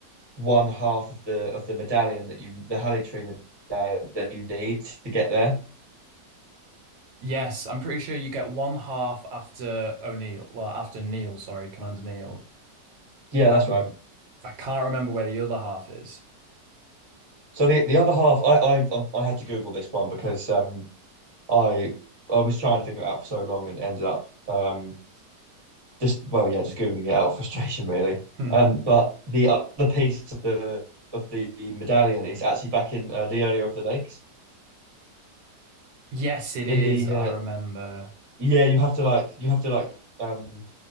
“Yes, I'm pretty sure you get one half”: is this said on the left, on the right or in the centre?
Right